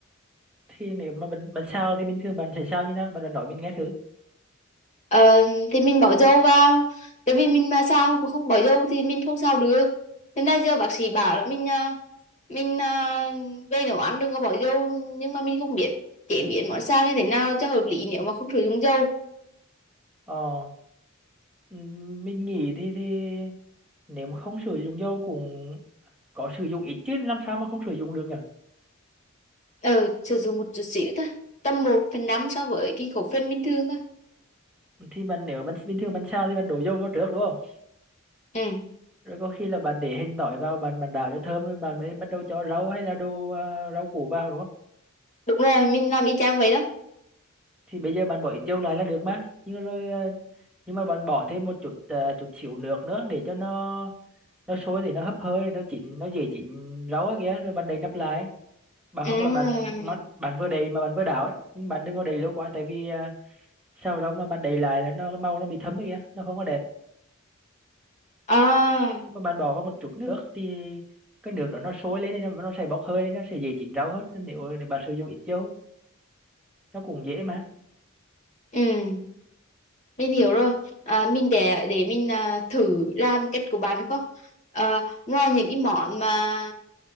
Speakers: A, in the centre; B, on the left (about 35°).
A: thì nếu mà bạn bạn sao thì bình thường bạn sẽ sao như nào bạn, bạn nói mình nghe thử
B: Ờ, thì mình bỏ dầu vào, tại vì mình mà sao không bỏ dầu thì mình không sao được. Thế nên giờ bác sĩ bảo là mình à, mình à, về nấu ăn đừng có bỏ dầu nhưng mà mình không biết chế biến món sao như thế nào cho hợp lý nếu mà không sử dụng dầu.
A: ờ ừm, mình nghĩ thì thì nếu mà không sử dụng dầu cũng có sử dụng ít chứ làm sao mà không sử dụng được nhỉ
B: Ờ, sử dụng một chút xíu thôi, tầm một phần 5 so với cái khẩu phần bình thường thôi.
A: thì bạn nếu bạn bình thường bạn sao thì bạn đổ dầu vào trước đúng không
B: Ừ,
A: rồi có khi là bạn để hành tỏi vào bạn bạn đảo cho thơm rồi bạn mới bắt đầu cho rau hay là đồ à, rau củ vào đúng không
B: đúng rồi, mình làm y chang vậy đó.
A: thì bây giờ bạn bỏ ít dầu lại là được mà nhưng rồi à, nhưng mà bạn bỏ thêm một chút à, chút xíu nước nữa để cho nó nó sôi thì nó hấp hơi nó chín nó dễ chín rau á kìa rồi bạn đậy nắp lại bà hoặc
B: À,
A: là bạn mà- bạn vừa đầy mà bạn vừa đảo ấy nhưng bạn đừng có đầy lâu quá tại vì à, sao rau mà bạn đầy lại là nó màu nó bị thấm ấy kìa nó không có đẹp
B: à,
A: Nhưng mà bạn bỏ vào một chút nước thì cái nước đó nó sôi lên thì nó, nó sẽ bốc hơi lên nó sẽ dễ chín rau hơn Nên nếu để bạn sử dụng ít dầu nó cũng dễ mà
B: ừ. mình hiểu rồi à, mình để để mình à, thử làm cách của bạn được không à, ngoài những cái món mà